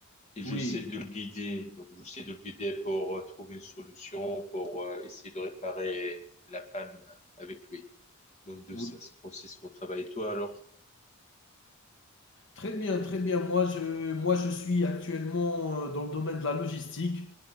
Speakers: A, on the left; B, on the left.
A: et j'essaie
B: Oui,
A: de le guider. Donc, j'essaie de le guider pour euh, trouver une solution, pour euh, essayer de réparer la panne avec lui. Donc, de
B: oui.
A: ça, c'est consiste mon travail. Et toi, alors?
B: Très bien, très bien. Moi, je, moi, je suis actuellement euh, dans le domaine de la logistique.